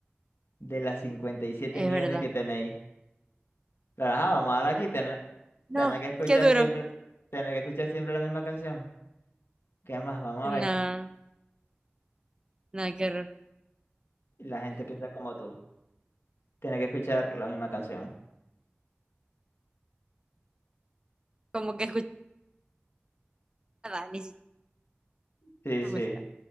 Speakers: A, on the left; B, on the right.
A: de las 57
B: Es
A: millones
B: verdad.
A: que tenéis.
B: <gasps>
A: Pero ajá, vamos ahora aquí, tener,
B: No,
A: tener que escuchar
B: qué duro.
A: siempre, tener que escuchar siempre la misma canción. ¿Qué más? Vamos
B: No,
A: a ver.
B: no, qué horror.
A: La gente piensa como tú. Tiene que escuchar la misma canción.
B: Como que escuchar nada, ni siquiera
A: Sí, sí.
B: música.